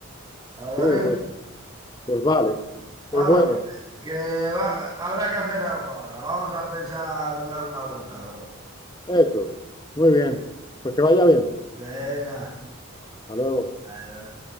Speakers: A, on the right; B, on the left.
A: Hablaremos.
B: Sí, pues, pues vale. Pues
A: Hala,
B: bueno,
A: que, que va- habrá que hacer algo ahora. Vamos a pensar en dar una vuelta a algo.
B: eso. Muy bien. Pues que vaya bien.
A: Venga.
B: Hasta luego.
A: Adiós.